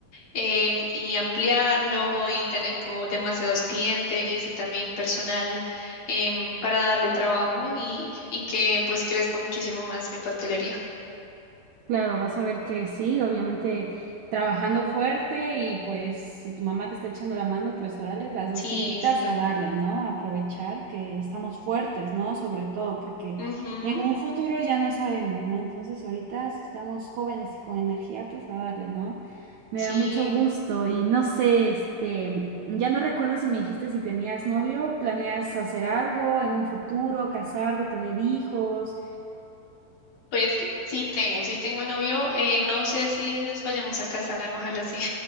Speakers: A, on the left; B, on the right.
A: em, y ampliarlo y tener como demasiados clientes y también personal em, para darle trabajo y, y que pues crezca muchísimo más mi pastelería.
B: Claro, vas a ver que sí, obviamente trabajando fuerte y pues si tu mamá te está echando la mano, pues órale, las dos
A: Sí,
B: juntitas
A: sí.
B: a darle, ¿no? Aprovechar que estamos fuertes, ¿no? Sobre todo porque
A: Ujú,
B: en un futuro ya no sabemos, ¿no? Entonces ahorita si estamos jóvenes y con energía, pues a darle, ¿no? Me
A: Sí,
B: da mucho gusto y no sé, este, ya no recuerdo si me dijiste si tenías novio, planeas hacer algo en un futuro, casarte, tener hijos.
A: Pues sí tengo, sí tengo novio. eh, no sé si nos vayamos a casar, ojalá sí.